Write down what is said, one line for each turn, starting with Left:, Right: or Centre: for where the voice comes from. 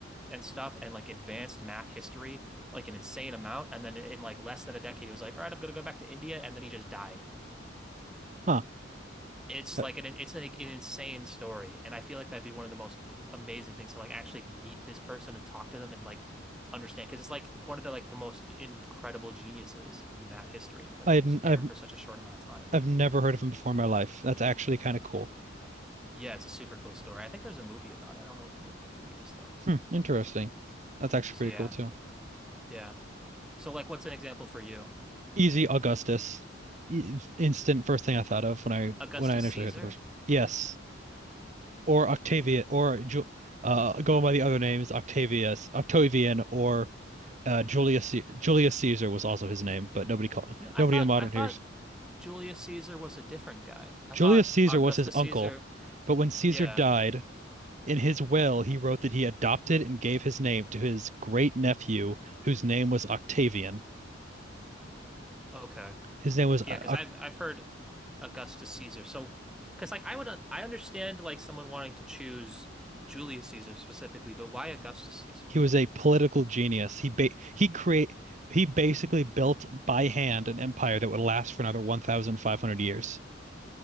Centre: and stuff and like advanced math history, like an insane amount. And then in like less than a decade, he was like, all right, I'm going to go back to India. And then he just died.
Right: Huh.
Centre: It's
Right: I,
Centre: like an it's like an insane story, and I feel like that'd be one of the most amazing things to like actually meet this person and talk to them and like understand because it's like one of the like the most incredible geniuses in math history, but
Right: I
Centre: he
Right: hadn't,
Centre: was there
Right: I've
Centre: for such a short amount of time.
Right: I've never heard of him before in my life. That's actually kind of cool.
Centre: Yeah, it's a super cool story. I think there's a movie about it. I don't know what the name of the movie is though.
Right: Hmm, interesting. That's actually
Centre: So
Right: pretty
Centre: yeah,
Right: cool too.
Centre: yeah. So like, what's an example for you?
Right: Easy Augustus. E- Instant first thing I thought of when I
Centre: Augustus
Right: when I initially
Centre: Caesar?
Right: heard the question. Yes. or Octavia or Ju uh, going by the other names, Octavius, Octavian, or uh, Julius Ce- Julius Caesar was also his name, but nobody called
Centre: No, I
Right: nobody
Centre: thought
Right: in modern
Centre: I thought
Right: hears.
Centre: Julius Caesar was a different guy. I
Right: Julius
Centre: thought
Right: Caesar
Centre: Augustus
Right: was his uncle,
Centre: Caesar.
Right: but when Caesar
Centre: Yeah.
Right: died, in his will he wrote that he adopted and gave his name to his great nephew, whose name was Octavian.
Centre: Okay.
Right: His name was
Centre: Yeah,
Right: uh,
Centre: because
Right: Oc-
Centre: I've I've heard Augustus Caesar. So, because like I would uh, I understand like someone wanting to choose Julius Caesar specifically, but why Augustus Caesar?
Right: he was a political genius. He ba he create he basically built by hand an empire that would last for another 1,500 years.